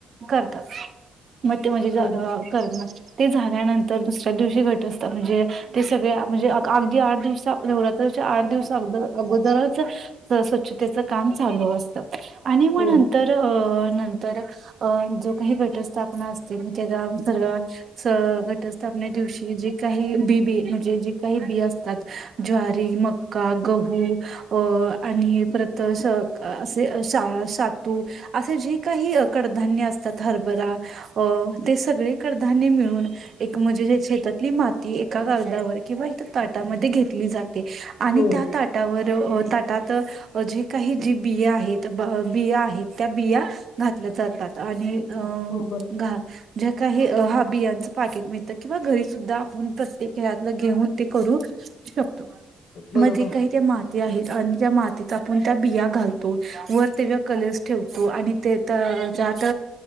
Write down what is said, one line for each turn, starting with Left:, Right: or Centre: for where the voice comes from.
Right: करतात. म ते म्हणजे
Left: हो बरोबर
Right: कर ना ते झाल्यानंतर दुसऱ्या दिवशी घटस्ता म्हणजे ते सगळे म्हणजे अगदी आठ दिवस नवरात्राच्या आठ दिवस अग अगोदरच स्वच्छतेच काम चालू अस आणि मग
Left: हो
Right: नंतर अ नंतर अ जो काही घटस स्थापना असते मग त्या सर्व स घटस्थापने दिवशी जे काही बी बी म्हणजे जी काही बी असतात ज्वारी मग का गहू अ आणि हे परत असे सातू असे जे काही कडधान्य असतात हरभरा अ ते सगळे कडधान्य मिळून एक म्हणजे शेतातली माती एका कागदावर किंवा इ ताटामध्ये घेतली जाते. आणि
Left: हो
Right: त्या ताटावर ताटात जे काही जी बिया आहेत ब बिया आहेत त्या बिया घातल्या जातात. आणि अ
Left: हो बरोबर
Right: घा ज्या काही हा बियांचं पाकेट मिळतं किंवा घरी सुद्धा आपण प्रत्येक खेळतलं घेऊन ते करू. शकतो
Left: बरोबर
Right: मध्ये काही त्या मात आहेत आणि त्या मातीत आपण त्या बिया घालतो वर तेव्हा कलर्स ठेवतो आणि ते तर त्यात